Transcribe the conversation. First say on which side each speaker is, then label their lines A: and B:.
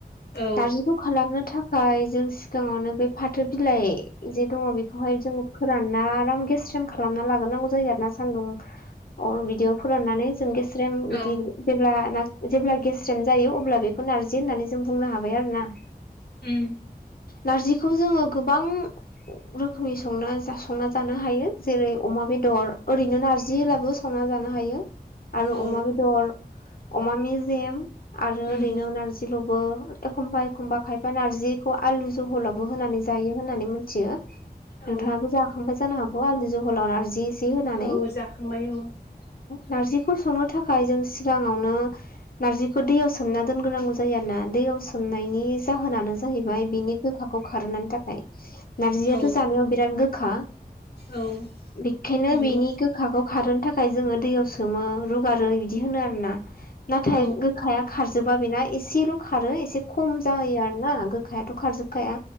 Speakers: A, on the left (about 75°); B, on the left (about 60°).
A: औ
B: नारजिखौ खालामनो थाखाय जों सिगाङावनो बे फाथो बिलाइ जे दङ बेखौहाय जों फोरानना आराम गेस। खालामना लाग्रोनांगौ जायो आरोना सान्दुं अ बिदिअ फोराननानै जों गेस्रेम
A: औ
B: बिदि जेब्ला जेब्ला गेस्रेम जायो अब्ला बेखौ नारजि होननानै जों बुंनो हाबाय आरो ना ?
A: ओ
B: नारजिखौ जोङो गोबां रोखोमनि संना जानो हायो जेरै अमा बेदर ओरैनो नारजिब्लाबो संना जानो हायो आरो
A: औ
B: अमा बेदर अमा मेजेम आरो
A: उम
B: ओरैनो नारजिलबो। एखमबा एखमबा खायफा नारजिखौ आलु जहलावबो होनानै जायो होननानै मिथियो।
A: औ
B: नोंथाङाबो जाखांबाय जानो हागौ आलुनि जहलाव नारजि एसे होनानै।
A: औ जाखांबाय औ
B: नारजिखौ संनो थाखाय जों सिगाङावनो नारजिखौ दैयाव सोमना दोनग्रोनांगौ जायो आरोना दैयाव सोमनायनि जाहोनानो जाहैबाय बिनिल गोखाखौ खारनायनि थाखाय नारजियाथ'
A: औ
B: जानायाव बिराद गोखा
A: औ
B: बेखायनो
A: नंगौ
B: बेनि गोखाखौ खारहो थाखाय जोङो दैयाव रुगारो बिदि होनो आरोना नाथाय
A: औ
B: गोखाया खारजोबा बेना एसेल' खारो एसे खम जयो आरो ना गोखायाथ' खारजोबखाया